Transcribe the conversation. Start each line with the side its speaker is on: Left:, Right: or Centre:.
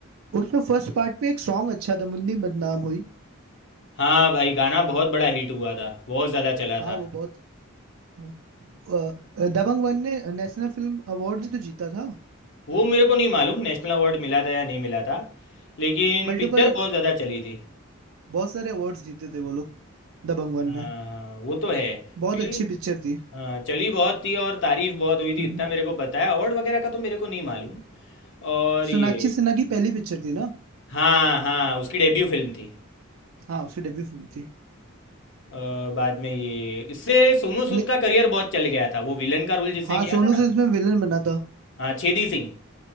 Right: उसमें फर्स्ट पार्ट में एक सॉन्ग अच्छा था मुन्नी बदनाम हुई
Left: हाँ भाई गाना बहुत बड़ा हिट हुआ था बहुत ज़्यादा चला
Right: हाँ
Left: था
Right: वो बहुत हाँ। अ, दबंग वन ने नेशनल फिल्म अवार्ड भी तो जीता था
Left: वो मेरे को नहीं मालूम नेशनल अवार्ड मिला था या नहीं मिला था लेकिन
Right: मल्टीपल
Left: पिक्चर बहुत ज़्यादा चली थी
Right: बहुत सारे अवार्ड्स जीते थे वो लोग दबंग वन
Left: हाँ
Right: में
Left: हाँ, वो तो है
Right: बहुत
Left: फिल्म
Right: अच्छी पिक्चर थी
Left: हाँ चली बहुत थी और तारीफ बहुत हुई थी
Right: हम्म,
Left: इतना
Right: हम्म।
Left: मेरे को पता है अवार्ड वगैरह का तो मेरे को नहीं मालूम और
Right: सोनाक्षी
Left: ये
Right: सिन्हा की पहली पिक्चर थी ना
Left: हाँ हाँ उसकी डेब्यू फिल्म थी
Right: हाँ उसकी डेब्यू फिल्म थी
Left: अ, बाद में ये इससे सोनू सूद
Right: ले,
Left: का करियर बहुत चल गया था वो विलन का रोल जिसने
Right: हाँ
Left: किया
Right: सोनू
Left: था ना
Right: सूद इसमें विलन बना था
Left: हाँ छेदी सिंह